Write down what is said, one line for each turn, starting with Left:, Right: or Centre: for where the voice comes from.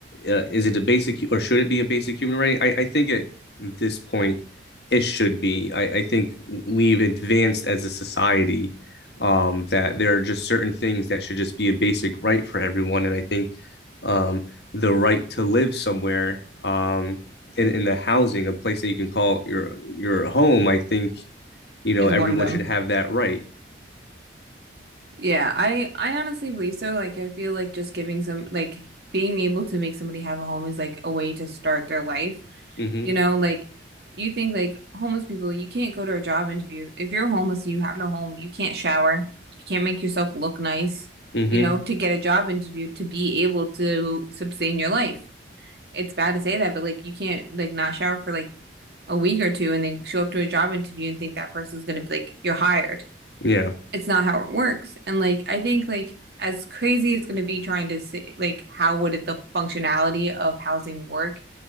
Left: uh, is it a basic hu- or should it be a basic human right? I, I think at this point it should be. I, I think we've advanced as a society um, that there are just certain things that should just be a basic right for everyone. And I think um, the right to live somewhere um, in, in a housing, a place that you can call your your home, I think, you
Right: Is
Left: know, everyone
Right: one of them.
Left: should have that right.
Right: Yeah, I I honestly believe so. Like I feel like just giving some like being able to make somebody have a home is like a way to start their life.
Left: Mm-hmm.
Right: You know, like you think like homeless people, you can't go to a job interview. If you're homeless and you have no home, you can't shower. You can't make yourself look nice,
Left: Mm-hmm.
Right: you know, to get a job interview to be able to sustain your life. It's bad to say that, but like you can't like not shower for like a week or two and then show up to a job interview and think that person's gonna be like you're hired
Left: Yeah.
Right: it's not how it works. And like I think like as crazy as it's going to be trying to see like how would it, the functionality of housing work